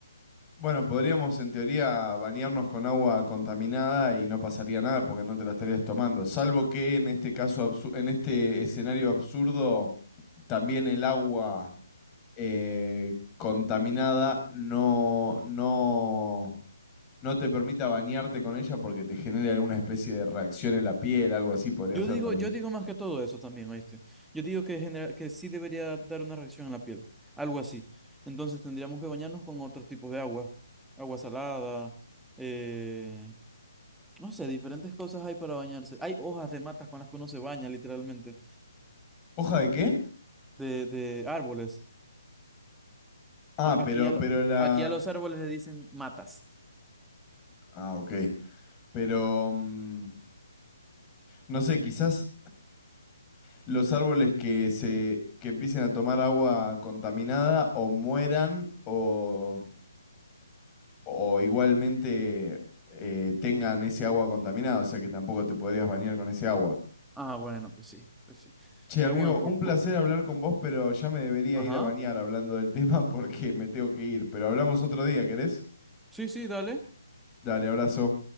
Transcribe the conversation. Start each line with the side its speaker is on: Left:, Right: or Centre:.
Left: Bueno, podríamos en teoría bañarnos con agua contaminada y no pasaría nada porque no te la estarías tomando. Salvo que en este caso, absu- en este escenario absurdo, también el agua eh, contaminada no, no, no te permita bañarte con ella porque te genere alguna especie de reacción en la piel, algo así podría
Centre: Yo
Left: ser
Centre: digo,
Left: también.
Centre: yo digo más que todo eso también, ¿oíste? Yo digo que, genera- que sí debería dar una reacción en la piel, algo así. Entonces tendríamos que bañarnos con otros tipos de agua, agua salada, eh No sé, diferentes cosas hay para bañarse. Hay hojas de matas con las que uno se baña, literalmente,
Left: ¿Hoja de qué?
Centre: de, de árboles.
Left: Ah,
Centre: A-
Left: pero,
Centre: aquí, a
Left: pero
Centre: lo-
Left: la...
Centre: aquí a los árboles le dicen matas.
Left: Ah, ok. Pero, mm, no sé, quizás los árboles que se que empiecen a tomar agua contaminada o mueran o, o igualmente eh, tengan ese agua contaminada, o sea que tampoco te podrías bañar con ese agua.
Centre: Ah, bueno, pues sí, pues sí.
Left: Che,
Centre: Pero
Left: amigo,
Centre: bueno, por,
Left: un placer
Centre: por...
Left: hablar con vos, pero ya me debería
Centre: Ajá.
Left: ir a bañar hablando del <laughs> tema porque me tengo que ir. Pero hablamos otro día, ¿querés?
Centre: Sí, sí, dale.
Left: Dale, abrazo.